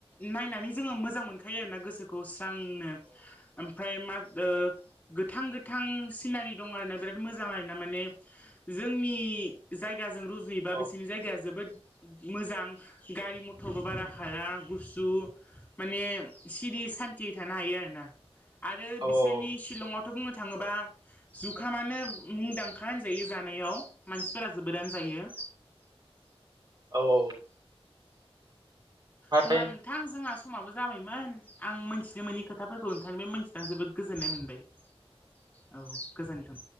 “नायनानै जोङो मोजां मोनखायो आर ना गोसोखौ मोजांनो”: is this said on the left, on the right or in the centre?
Left